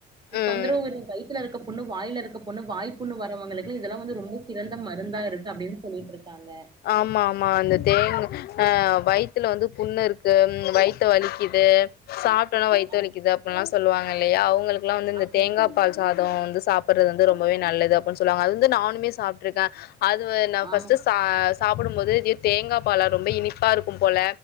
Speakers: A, on the left (about 65°); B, on the right (about 25°).
A: ம்
B: தொந்தரவு இருந்த வயித் துல இருக்க புண்ணு வாயில இருக்க புண்ணு வாய்ப் புண்ணு வரவங்களுக்கு இதெல்லா வந்து ரொம்ப சிறந்த மருந்தா இருக்கு அப்டின்னு சொல்லிட்டு இருக் காங்க
A: ஆமாம்மா அந்த தேங்கா ஆ வயித்துல வந்து புண்ணு இருக்கு வயித்து வலிக்கிது சாப்டவுனே வய்த்து
B: ஆ
A: வலிக்குது அப்டின்னுல்லா சொல்லுவாங்க இல்லையா அவங்களுக்கெல்லா வந்து இந்த
B: ஆமா
A: தேங்கா
B: சகோ
A: பால் சாதோ வந்து சாப்றது வந்து ரொம்பவே நல்லது அப்படினு சொல்லுவாங்க அது வந்து நானுமே சாப்ட்டுருக்கே அது வ நா ஃபர்ஸ்ட்டு
B: ஆமா
A: சா சாப்டும்போது தேங்கா பாலா ரொம்ப இனிப்பா இருக்கும் போல